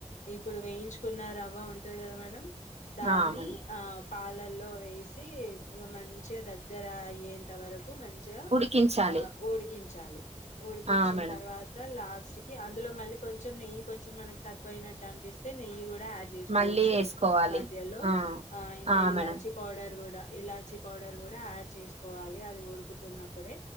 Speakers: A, on the left; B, on the right.
A: ఇప్పుడు వేయించుకున్న రవ్వ ఉంటది కదా మేడ దాన్ని
B: ఆ మేడం
A: ఆ పాలల్లో వేసి మంచిగా దగ్ దగ్గర అయ్యేంత వరకు మంచిగా
B: ఉడికించాలి
A: ఆ ఓడికించాలి వచ్చిన
B: ఆ మేడం
A: తర్వాత లాస్ట్ అందులో మళ్ళీ కొంచెం నెయ్యి కొంచెం మనకు తక్కువనట్టు అనిపిస్తే నెయ్యి యాడ్ చేసుకోవచ్చు
B: మళ్ళీ వేసుకోవాలి
A: మధ్యలో
B: ఆ
A: ఇంత
B: ఆ
A: ఇలాచి
B: మేడం
A: పౌడర్ కూడా ఇలాచి పౌడర్ కూడా యాడ్ చేసుకోవాలి అది ఉడుకుతున్నప్పుడే